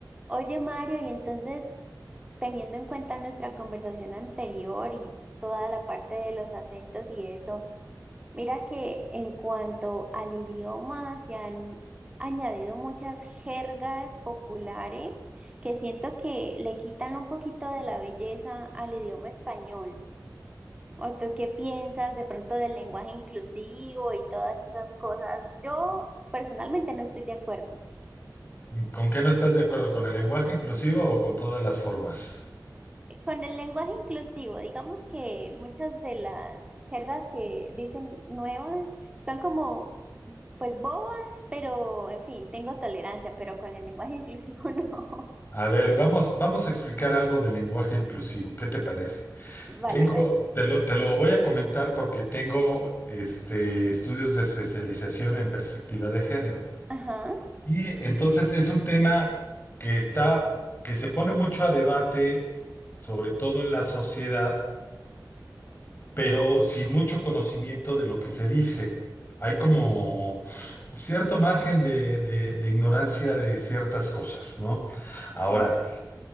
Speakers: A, on the right; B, on the left.
A: Oye, Mario, y entonces, teniendo en cuenta nuestra conversación anterior y toda la parte de los acentos y eso, mira que en cuanto al idioma se han añadido muchas jergas populares que siento que le quitan un poquito de la belleza al idioma español. ¿O tú qué piensas de pronto del lenguaje inclusivo y todas esas cosas? Yo personalmente no estoy de acuerdo.
B: ¿Con qué no estás de acuerdo? ¿Con el lenguaje inclusivo o con todas las formas?
A: Con el lenguaje inclusivo, digamos que muchas de las jergas que dicen nuevas son como, pues bobas, pero en fin, tengo tolerancia, pero con el lenguaje inclusivo <laughs> no.
B: A ver, vamos, vamos a explicar algo del lenguaje inclusivo. ¿Qué te parece?
A: Vale,
B: Tengo,
A: vale.
B: te lo, te lo voy a comentar porque tengo este, estudios de especialización en perspectiva de género.
A: Ajá,
B: Y entonces es un tema que está, que se pone mucho a debate, sobre todo en la sociedad, pero sin mucho conocimiento de lo que se dice. Hay como
A: sí,
B: cierto margen de, de- de ignorancia de ciertas cosas, ¿no? Ahora,
A: ajá.